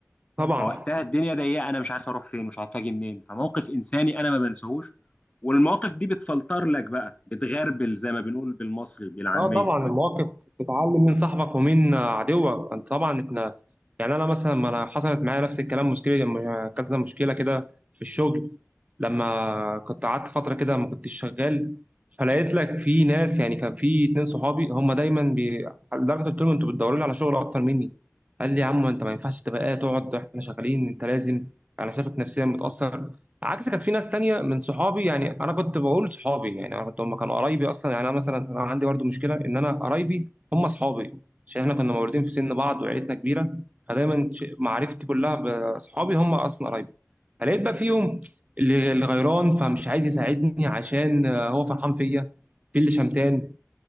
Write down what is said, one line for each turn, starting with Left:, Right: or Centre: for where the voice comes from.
Right: طبعا
Left: فوقتها الدنيا ضيقه انا مش عارف اروح فين مش عارف اجي منين فموقف انساني انا ما بنساهوش والمواقف دي بتفلتر لك بقى بتغربل زي ما بنقول بالمصري بالعاميه
Right: اه طبعا المواقف بتعلم مين صاحبك ومين عدوك انت طبعا احنا يعني انا مثلا ما انا حصلت معايا نفس الكلام مشكله لما- كذا مشكله كده في الشغل لما كنت قعدت فتره كده ما كنتش شغال فلقيت لك في ناس يعني كان في اتنين صحابي هم دايما بي... لدرجه قلت لهم انتوا بتدوروا لي على شغل اكتر مني قال لي يا عم انت ما ينفعش تبقى قاعد تقعد احنا شغالين انت لازم انا شايفك نفسيا متاثر عكس كانت في ناس تانية من صحابي يعني انا كنت بقول صحابي يعني انا كنت هم كانوا قرايبي اصلا يعني انا مثلا انا عندي برضو مشكله ان انا قرايبي هم صحابي عشان احنا كنا مولودين في سن بعض وعيلتنا كبيره فدايما ش- معرفتي كلها باصحابي هم اصلا قرايبي فلقيت بقى فيهم اللي اللي غيران فمش عايز يساعدني عشان آه، هو فرحان فيا في اللي شمتان